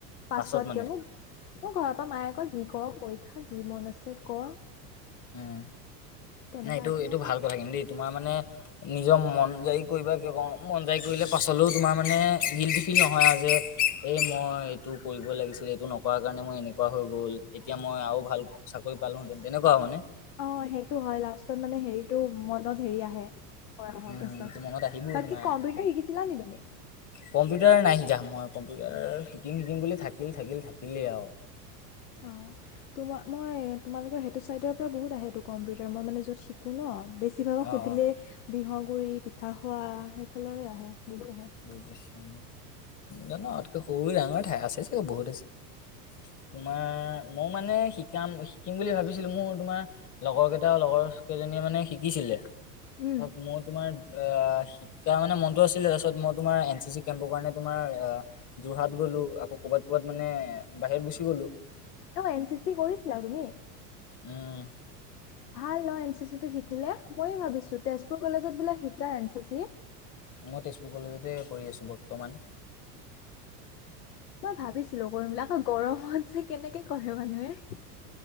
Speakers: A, on the left (about 85°); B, on the left (about 40°).
A: পাছতকে
B: পাছত মানে
A: মোক মোৰ ঘৰৰ পৰা মায়ে আক যি কৰ কৈ থাক যি মন আছে কৰ
B: উম
A: তেনেকা
B: নাই এইটো
A: একো
B: এইটো
A: নকয়
B: ভাল কথা কিন্তু দেই তোমাৰ মানে নিজৰ মন যায় কৰিব ক মন যায় কৰিলে পাছলৈও তোমাৰ মানে গিল্টি ফিল নহয় আও যে এ মই এইটো কৰিব লাগিছিল এইটো নকৰা কাৰণে মই এনেকুৱা হৈ গ'ল এতিয়া মই আও ভাল চাকৰি পালোহেঁতেন তেনেকুৱা আও মানে
A: অ সেইটো হয় লাষ্টত মানে হেৰিটো মনত হেৰি আহে কৰা নহয়
B: উম
A: পাছত
B: এইটো মনত আহিবই
A: বাকী
B: তোমাৰ
A: কম্পিউটাৰ শিকিছিলা নে তুমি
B: কম্পিউটাৰ নাই শিকা মই কম্পিউটাৰ শিকিম শিকিম বুলি থাকিল থাকিল থাকিলেই আও
A: অ তো মই তোমালোকৰ সেইটো চাইডৰ পৰা বহুত আহেটো কম্পিউটাৰ মই মানে য'ত শিকো ন বে বেছি ভাগক
B: অ
A: সুধিলে
B: অ
A: বিহগুৰি, পিঠা খোৱা সেইফালৰে আহে বহুত আহে
B: বুজিছো জানো আমাতকে সৰু ডাঙৰে ঠাই আছে চাগে বহুত আছে তোমাৰ মই মানে শিকাম শিকিম বুলি ভাবিছিলো মোৰ তোমাৰ লগৰ কেইটাও লগৰ কেইজনীয়ে মানে শিকিছিলে
A: উম
B: মোৰ তোমাৰ অ শিক্ষা মানে মনতো আছিলে তা পাছত মই তোমাৰ এন চি চি কেম্পৰ কাৰণে তোমাৰ যোৰহাট গ'লো আকৌ কবাত ক'বাত মানে বাহিৰত গুচি গ'লো
A: অ এন চি চি কৰিছিলা তুমি
B: উম
A: <inaudible> ভাল ন এন চি চি টো শিকিলে ময়ো ভাবিছো তেজপুৰ কলেজত বোলে শিকায় এন চি চি
B: মই তেজপুৰ কলেজতে পঢ়ি আছো বৰ্তমান
A: মই ভাবিছিলো কৰিমবিলাক আকৌ গৰমত যে কেনেকে কৰে মানুহে